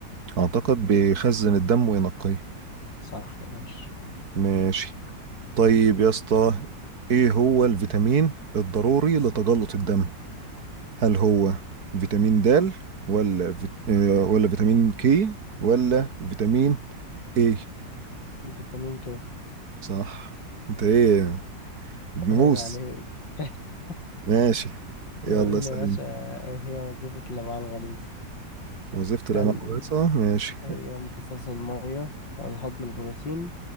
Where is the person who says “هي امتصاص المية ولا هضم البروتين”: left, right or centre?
Left